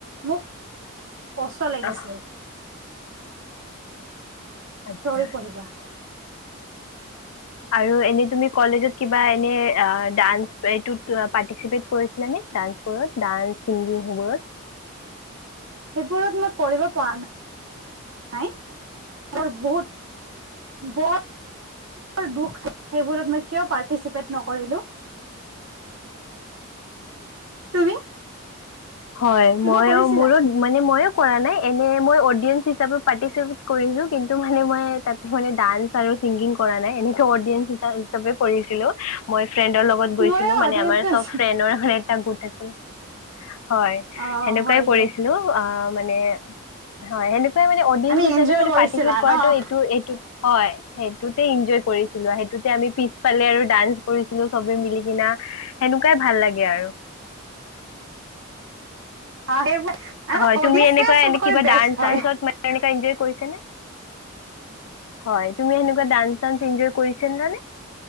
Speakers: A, on the right (about 65°); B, on the left (about 80°).
A: মোক কষ্ট লাগিছিল।
B: আহ, আচ্ছা
A: থিয়ৰি পঢ়িবা।
B: আৰু এনে তুমি কলেজত কিবা এনে আ, ডান্স এইটোত পাৰ্টিচিপেট কৰিছিলানে? ডান্সবোৰত, ডান্স, ছিংগিং সেইবোৰত?
A: সেইবোৰত মই কৰিব পৰা না নাই, মোৰ বহুত বৰ দুখ থাকিলে সেইবোৰত মই কিয় পাৰ্টিচিপেট নকৰিলো। তুমি?
B: হয়, মইয়ো
A: তুমি কৰিছিলা
B: মোৰো মানে মইয়ো কৰা নাই এনে মই অদিয়েঞ্চ হিচাপে পাৰ্টিচিপেট কৰিছো কিন্তু মানে মই তাতে মানে ডান্স আৰু ছিংগিং কৰা নাই এনেকে অদিয়েঞ্চ হিচাপে ছবে কৰিছিলো মই ফ্ৰেণ্ডৰ লগত গৈছিলো
A: ময়ো
B: মানে
A: অডিয়েঞ্চে
B: আমাৰ চব
A: আছিলো
B: ফ্ৰেণ্ডৰ মানে এটা গোট আছিল। হয়,
A: অ
B: সেনেকুৱাই
A: হয়
B: কৰিছিলোঁ
A: দে
B: আ, মানে হয় সেনেকুৱাই মানে অদিয়েঞ্চ
A: আমি
B: হিচাপে
A: এনজয়
B: মানে
A: কৰিছিলা
B: পাৰ্টিচিপেত কৰাটো
A: ন
B: এইটো এইটো হয়। সেইটোতে এনজয় কৰিছিলো সেইটোতে আমি পিছফালে আৰু ডান্স কৰিছিলো চবে মিলি কিনা। সেনেকুৱাই ভাল লাগে আৰু।
A: অ', <unintelligible>
B: হয়,
A: অডিয়েঞ্চে
B: তুমি এনেকুৱা
A: চবৰে
B: এনে কিবা
A: বেষ্ট
B: ডান্স-চানসত
A: হয়
B: মানে এনেকে এঞ্জয় কৰিছাঁনে? হয় তুমি এনেকুৱা দাঞ্চ-চাঞ্চ এঞ্জয় কৰিছিলা নে?